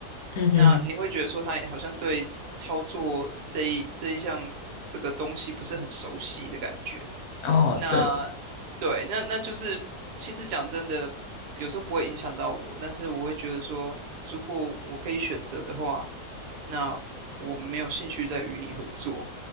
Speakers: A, on the left; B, on the right.
A: 嗯哼，
B: 那你会觉得说他好像对操作这一这一项这个东西不是很熟悉的感觉。
A: 哦，
B: 那对，
A: 对，
B: 那那就是其实讲真的，有时候不会影响到我，但是我会觉得说，如果我可以选择的话，那我没有兴趣再与你合作。